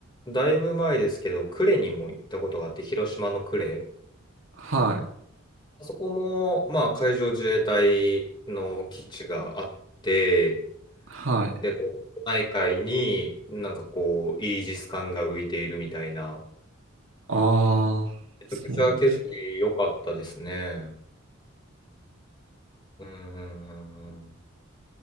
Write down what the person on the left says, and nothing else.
だいぶ前ですけど、呉にも行ったことがあって、広島の呉。
あそこも、まあ、海上自衛隊の基地があって、
で、こう、内海になんかこう、イージス艦が浮いているみたいな、
めちゃくちゃ景色良かったですね。
うんうんうんうん。